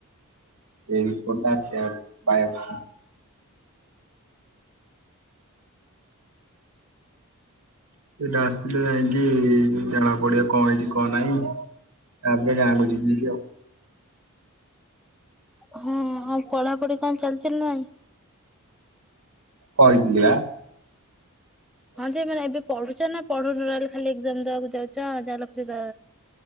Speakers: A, on the right; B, in the centre.
A: ଏହି ରିପୋଟା ଆସି ପାୟଲଶ। ସେଟା ଆସିଲେ ଯାଇକି ଜଣା ପଡ଼ିବ କଣ ହେଇଛି କଣ ନାହିଁ। ତାପରେ ଗାକୁ ଯିବି କି ଆଉ।
B: ହଁ ଆଉ ପଢାପଢି କଣ ଚାଲିଚ ନା ନାଇଁ।
A: କହିଥିଲି ଆ।
B: ହଁ ଯେ ମାନେ ଏବେ ପଢୁଛ ନା ପଢୁନହ ଖାଲି ଏକ୍ଜାମ ଦବାକୁ ଯାଉଛ ଯାହା ଲେଖୁଚ।